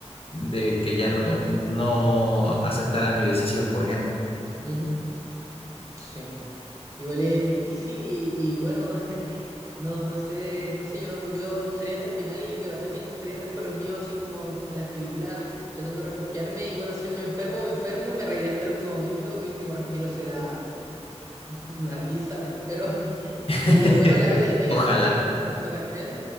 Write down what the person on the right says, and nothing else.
ujú, sí. Igual es difícil y, y bueno, <laughs> no, no sé, no sé, yo no- yo lucharía hasta el final y la verdad es que intentaría estar con los míos así como en las películas, tratando de refugiarme y bueno, si me enfermo, me enfermo, me reiré hasta el último momento, mi último respiro será <laughs> una risa, espero,
Y bueno, la vida es vida,
a lo mejor nos, nos toca, ¿eh?